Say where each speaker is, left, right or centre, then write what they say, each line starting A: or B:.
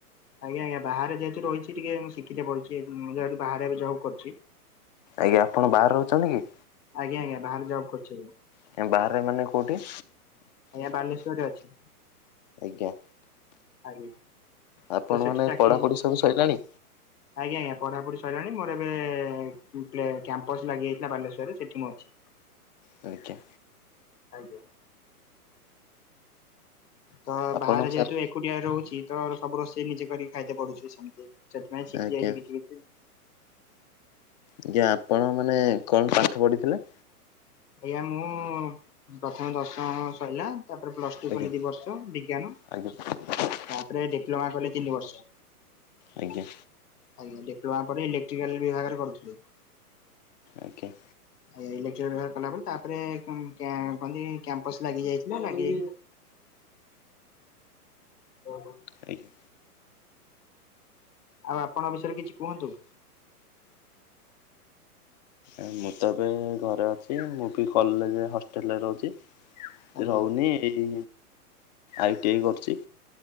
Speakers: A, on the left; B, on the left.
A: ଆଜ୍ଞା ଆଜ୍ଞା ବାହାରେ ଯେହେତୁ ରହିଚି ଟିକେ ମୁଁ ଶିଖିତେ ପଡୁଚି ମୁଁ ଏବେ ବାହାରେ ଏବେ ଜବ କରୁଚି।
B: ଆଜ୍ଞା ଆପଣ ବାହାରେ ରହୁଚନ୍ତି କି?
A: ଆଜ୍ଞା ଆଜ୍ଞା ବାହାରେ ଜବ କରୁଚି ଏବେ ମୁଁ।
B: ଆଜ୍ଞା ବାହାରେ ମାନେ କୋଉଠି?
A: ଆଜ୍ଞା ବାଲେଶ୍ୱରରେ ଅଛି।
B: ଆଜ୍ଞା।
A: ଆଜ୍ଞା
B: ଆପଣ
A: ତ ସେଠି
B: ମାନେ
A: ଚାକିରି
B: ପଢାପଢି
A: ମୁଁ
B: ସବୁ ସରିଲାଣି?
A: ଆଜ୍ଞା ଆଜ୍ଞା ପଢାପଢ଼ି ସଇଲାଣି ମୋର ଏବେ ଏ ଉଁ କ୍ଲ କ୍ୟାମ୍ପସ୍ ଲାଗିଯାଇଥିଲା ବାଲେଶ୍ୱରରେ ସେଠି ମୁଁ ଅଛି।
B: ତାହେଲେ କ୍ୟା
A: ଆଜ୍ଞା। ତ
B: ଆପଣ
A: ବାହାରେ
B: ସାର୍
A: ଯେହେତୁ ଏକୁଟିଆ ରହୁଚି ତ ସବୁ ରୋଷେଇ ନିଜେ କରିକି ଖାଇତେ ପଡୁଚି ସେମତି। ସେଥିପାଇଁ
B: ଆଜ୍ଞା
A: ଶିଖିଯାଇଛି କିଛି କିଛି।
B: ଆଜ୍ଞା ଆପଣ ମାନେ କଣ ପାଠ ପଢିଥିଲେ?
A: ଆଜ୍ଞା ମୁଁ ପ୍ରଥମେ ଦଶମ ସରିଲା ତାପରେ ପ୍ଲସଟୁ
B: ଆଜ୍ଞା
A: କଲି ଦିବର୍ଷ ବିଜ୍ଞାନ।
B: ଆଜ୍ଞା।
A: ତାପରେ ଡିପ୍ଲୋମା କଲି ତିନି ବର୍ଷ।
B: ଆଜ୍ଞା
A: ଆଜ୍ଞା ଡିପ୍ଲୋମା ପରେ ଇଲେଟ୍ରିକାଲ ବିଭାଗରେ କରୁଥିଲି।
B: ଆଜ୍ଞା।
A: ଆଜ୍ଞା ଇଲେକ୍ଟ୍ରିକାଲ ବିଭାଗରେ କଲାପରେ ତାପରେ କଁ କ୍ୟା କଣତି କ୍ୟାମ୍ପସ ଲାଗିଯାଇଥିଲା ଲାଗି ଓହୋ।
B: ଆଜ୍ଞା।
A: ଆଉ ଆପଣଙ୍କ ବିଷୟରେ କିଛି କୁହନ୍ତୁ?
B: ଏଇ ମୁଁ ତ ଏବେ ଘରେ ଅଛି ମୁଁ ବି କଲେଜ ହଷ୍ଟେଲରେ ରହୁଛି
A: ଆଜ୍ଞା।
B: ରହୁନି ଏଇ ଆଇଟି ଆଇ କରୁଛି